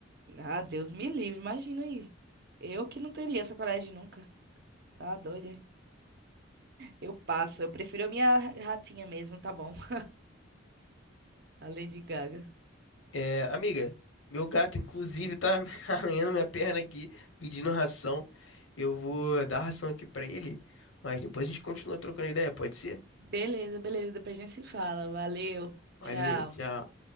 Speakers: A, on the right; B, on the left.
A: ah, Deus me livre, imagina aí. Eu que não teria essa coragem nunca. Tá doida? Eu passo, eu prefiro a minha ratinha mesmo, tá bom? <laughs> A Lady Gaga.
B: É, amiga, meu gato inclusive tá <laughs> arranhando minha perna aqui, pedindo ração. Eu vou dar ração aqui pra ele, mas depois a gente continua trocando ideia, pode ser?
A: Beleza, beleza, depois a gente se fala. Valeu.
B: Valeu,
A: Tchau.
B: tchau.